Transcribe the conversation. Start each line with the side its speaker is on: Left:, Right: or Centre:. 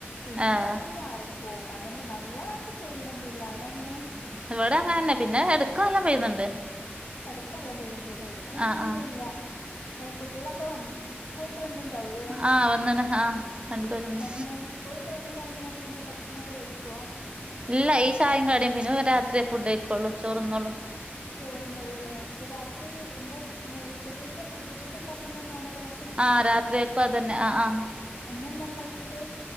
Left: പിന്നേം
Right: ആഹ്
Left: കൊറച്ച് ചാറും പോവും അത്‌ തന്നെ വല്ലാണ്ട് പെയ്യാനൊന്നുമില്ല അവിടെ എങ്ങനെ
Right: ഇവിടെയെം അങ്ങനെതന്നെ പിന്നെ എടക്ക് നല്ല പെയ്യുന്നുണ്ട്
Left: എടയ്ക്കു നല്ല പെയ്യുണ്ടല്ലേ ഇവിടെ അങ്ങനെയൊന്നുമില്ല
Right: ആഹ് ആഹ്
Left: ആഹ് കുട്ടികളൊക്കെ വന് സ്കൂൾ വിട്ട് വന്നിട്ടുണ്ടാക്കുമല്ലേ?
Right: ആഹ് വന്ന്ണ് ആഹ് രണ്ടുപേര് വന്ന്
Left: എങ്ങനെ സ്കൂൾ വിട്ട് വന്ന് കഴിഞ്ഞാല് പിന്നെ ഭക്ഷണമൊക്കെ കഴിക്കോ?
Right: ഇല്ല ഈ ചായേം കടിയും പിന്നെ രാത്രിയെ ഫുഡ്‌ കഴിക്കോള്ളു ചോറ് തിന്നുവൊള്ളൂ
Left: ചോറ് തിന്നുവൊള്ളൂല്ലെ അപ്പം രാത്രി എന്താ ഉച്ചക്കൊക്കെ ഉച്ചക്ക് ഉണ്ടാക്കുന്നെ തന്നെയാണോ രാ
Right: ആഹ് രാത്രിയെക്കും അത്‌ തന്നെ ആഹ് ആഹ്
Left: എന്നെന്താണ്ടാക്കിയത്